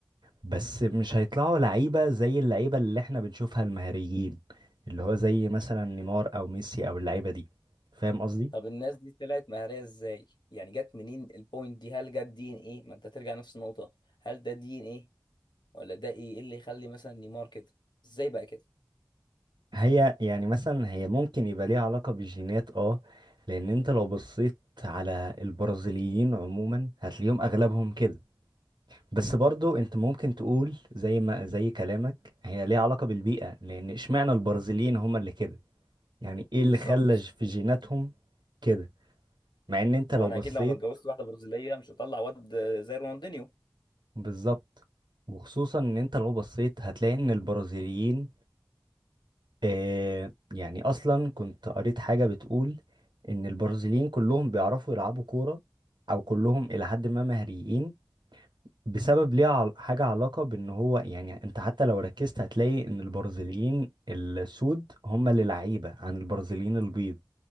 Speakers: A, on the right; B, on the left.
A: بس مش هيطلعوا لعيبة زي اللعيبة اللي احنا بنشوفها المهاريين اللي هو زي مثلا نيمار او ميسي او اللعيبة دي فاهم قصدي
B: طب الناس دي طلعت مهارية ازاي يعني جت منين البوينت دي هل جت دي ان ايه ما انت ترجع نفس النقطة هل ده دي ان ايه ولا ده ايه إيه اللي يخلي مثلا نيمار كده ازاي بقى كده
A: هي يعني مثلا هي ممكن يبقى ليها علاقة بالجينات اه لان انت لو بصيت على البرازيليين عموما هتلاقيهم اغلبهم كده بس برضو انت ممكن تقول زي ما زي كلامك هي ليها علاقة بالبيئة لان اشمعنى البرازيليين هما اللي كده يعني ايه اللي
B: بالظبط
A: خلى في جيناتهم كده مع ان انت
B: ما
A: لو
B: هو انا
A: بصيت
B: اكيد لو ما اتجوزت واحدة برازيلية مش هطلع واد زي رونالدينيو
A: بالظبط وخصوصا ان انت لو بصيت هتلاقي ان البرازيليين آه يعني اصلا كنت قريت حاجة بتقول ان البرازيليين كلهم بيعرفوا يلعبوا كورة او كلهم الى حد ما مهريين بسبب ليها عل- حاجة علاقة بان هو يعني انت حتى لو ركزت هتلاقي ان البرازيليين السود هم اللي لعيبة عن البرازيليين البيض